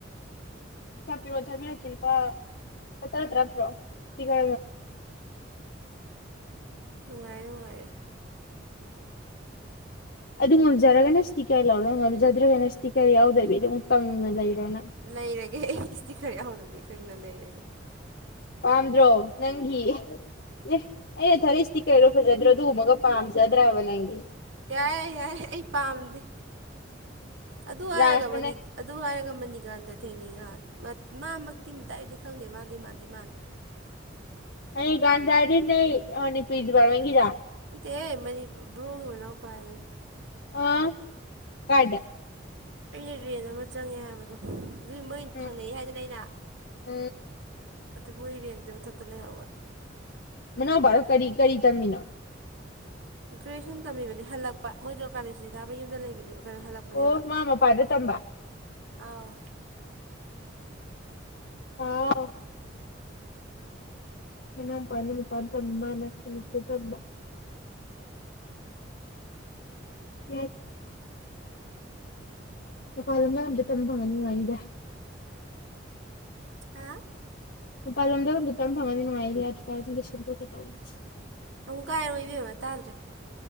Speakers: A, on the left; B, on the right.
A: ꯄꯩꯁꯥ ꯄꯤꯔꯛꯑꯣ ꯊꯥꯕꯤꯔꯛꯀꯦ ꯂꯨꯄꯥ ꯂꯨꯄꯥ ꯇꯔꯥ ꯇꯔꯥ ꯄꯤꯔꯛꯑꯣ ꯄꯤꯒꯣ
B: ꯅꯨꯡꯉꯥꯏꯔꯦ ꯅꯨꯡꯉꯥꯏꯔꯦ
A: ꯑꯗꯨ ꯉꯝꯖꯔꯒꯅ ꯏꯁꯇꯤꯀꯔ ꯂꯧꯔꯣ ꯉꯝꯖꯗ꯭ꯔꯒꯅ ꯏꯁꯇꯤꯀꯔ ꯌꯥꯎꯗꯕꯤ ꯑꯗꯨꯝ ꯀꯪꯅ ꯂꯩꯔꯣꯅ
B: ꯂꯩꯔꯒꯦ ꯏꯁꯇꯤ ꯈꯔ ꯌꯥꯎꯗꯕꯤ ꯀꯪꯅ ꯂꯩꯔꯒꯦ
A: ꯄꯥꯝꯗ꯭ꯔꯣ ꯅꯪꯒꯤ ꯑꯦ ꯑꯩꯅ ꯊꯥꯂꯛꯁꯤꯇꯤ ꯀꯩꯔꯣ ꯐꯖꯗ꯭ꯔꯣ ꯑꯗꯨ ꯎꯃꯒ ꯄꯥꯝꯖꯗ꯭ꯔꯕ ꯅꯪꯗꯤ
B: ꯌꯥꯏꯦ ꯌꯥꯏꯦ ꯑꯩ ꯄꯥꯝꯗꯦ ꯑꯗꯨ ꯍꯥꯏꯔꯒ
A: ꯂꯥꯁꯇꯅ
B: ꯃꯅꯤ ꯑꯗꯨ ꯍꯥꯏꯔꯒ ꯃꯅꯤꯀꯥꯟꯇ ꯊꯦꯡꯅꯩ ꯉꯍꯥꯟ ꯃꯥꯃꯛꯇꯤ ꯗꯥꯏꯔꯛꯇꯤ ꯈꯪꯗꯦ ꯃꯥꯗꯤ ꯃꯥꯗꯤ ꯃꯥꯂ
A: ꯑꯩꯒꯥꯟꯗꯗꯤ <unintelligible>
B: ꯅꯠꯇꯦ ꯑꯦ ꯃꯅꯤ ꯕ꯭ꯔꯣꯒꯤ ꯃꯅꯥꯎ ꯄꯥꯏꯕꯅꯤ
A: ꯑꯥ ꯀꯥꯏꯗ
B: ꯑꯩꯅ ꯔꯦꯟ ꯑꯃ ꯆꯪꯉꯦ ꯍꯥꯏꯕꯗꯣ ꯑꯗꯨꯏ ꯃꯣꯏ
A: ꯎꯝ
B: ꯊꯪꯅꯩ ꯍꯥꯏꯗꯅ ꯑꯩꯅ
A: ꯎꯝ
B: ꯑꯗꯨ ꯃꯣꯏ ꯔꯦꯟꯗꯨꯏ ꯃꯊꯛꯇ ꯂꯩꯍꯧꯋꯦ
A: ꯃꯅꯥꯎꯚꯥ ꯀꯔꯤ ꯀꯔꯤ ꯇꯝꯃꯤꯅꯣ
B: ꯒ꯭ꯔꯦꯖꯨꯌꯦꯁꯟ ꯇꯝꯃꯤꯕꯅꯦ ꯍꯜꯂꯛꯄꯥ ꯃꯣꯏꯗꯣ ꯀꯥꯂꯦꯟ ꯁꯨꯇꯤ ꯊꯥꯕꯒꯤ ꯌꯨꯝꯗ ꯂꯩꯕꯅꯦ ꯀꯩꯅꯣ ꯍꯜꯂꯛꯄ ꯄꯅꯦꯕꯥ
A: ꯑꯣ ꯃꯥ ꯃꯄꯥꯟꯗ ꯇꯝꯕ
B: ꯑꯥꯎ
A: ꯍꯥꯎ ꯍꯅ ꯄ ꯑꯗꯨꯅ ꯄꯠꯇꯃ ꯅꯅꯤ ꯄꯨꯗꯃ <unintelligible> ꯌꯥ ꯃꯄꯥꯥꯟꯂꯝꯗꯥ ꯑꯝꯇ ꯇꯝ ꯐꯪꯉꯗꯤ ꯅꯨꯉꯥꯏꯅꯤꯗ
B: ꯍꯥ
A: ꯃꯄꯥꯜ ꯂꯝꯗ ꯑꯝꯇꯥ ꯇꯝ ꯐꯪꯉꯗꯤ ꯅꯨꯡꯥꯏꯅꯤ ꯂꯥꯏꯐ ꯁ꯭ꯇꯥꯢꯜ ꯁꯦ ꯑꯝꯇ ꯁꯝꯗꯦꯛꯀꯦ ꯇꯧꯅꯤ
B: ꯑꯃꯨꯛꯀ ꯍꯥꯏꯔꯛꯑꯣ ꯏꯕꯦꯃꯥ ꯇꯥꯗ꯭ꯔꯦ